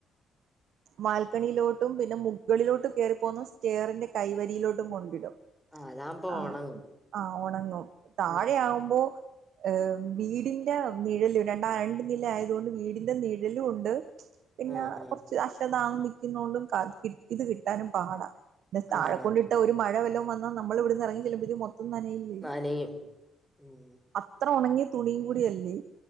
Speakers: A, on the right; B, in the centre.
A: വാൽക്കണിയിലോട്ടും പിന്നെ മു മുകളിലോട്ട് കേറിപ്പോകുന്ന സ്റ്റെയറിന്റെ കൈവരിയിലോട്ടും കൊണ്ടിടും
B: ആഹ് അതാവുമ്പോ
A: ആഹ്
B: ഒണങ്ങും
A: ആഹ് ഉണങ്ങും താഴെ
B: ഉം
A: ആകുമ്പോ ഏ വീടിന്റെ നിഴല് രണ്ടാ രണ്ട നില ആയതുകൊണ്ട് വീടിന്റെ നിഴലൂണ്ട് പിന്നെ
B: ആഹ് ആഹ്
A: കൊറച് ക്ഷതാണ നൽക്കുന്നോണ്ടും ഇത് കിട്ടാനും പാട ന്തസ് താഴ
B: ആഹ്
A: കൊണ്ടിട്ടാ ഒരു മഴ വല്ലം വന്ന നമ്മൾ ഇവിടുന്ന് ഇറങ്ങി ചെല്ലുമ്പോഴേക്കും മൊത്തം ത്തംതനയില്ലേ
B: നനയും ഉം
A: അത്ര ഒണങ്ങി തുണിങ്കുടിയല്ലേ